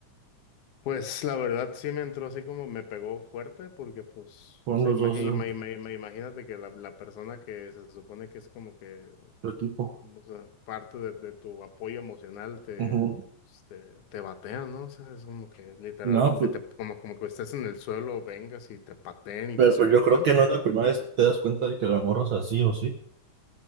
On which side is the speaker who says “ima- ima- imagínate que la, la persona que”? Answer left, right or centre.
Left